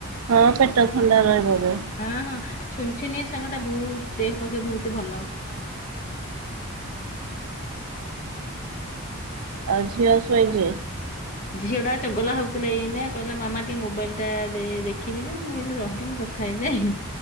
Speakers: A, on the right (about 85°); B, on the left (about 35°).
A: ହଁ ପେଟ ଥଣ୍ଡା ରହିବ ବି।
B: ହଁ ହଁ ଛୁନ ଛୁନିଆ ଶାଗ ଟା ବହୁତ ଦେହ ପକ୍ଷ ବହୁତ ଭଲ।
A: ଆଉ ଝିଅ ଶୋଇଛିି?
B: ଝିଅ ଟା ଚଗଲା ହଉଥିଲା ଏଇନା କହିଲା ମାମା ଟିକେ ମୋବାଇଲ ଟା ଦେ ଦେଖିବି ଯେ ମୁଁ କହିଲି ରହ ଟିକେ ମୁଁ ଖାଇଯାଇ